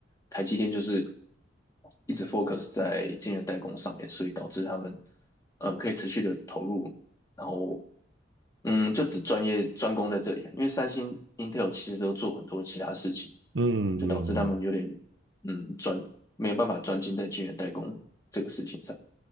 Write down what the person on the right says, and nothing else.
嗯嗯嗯，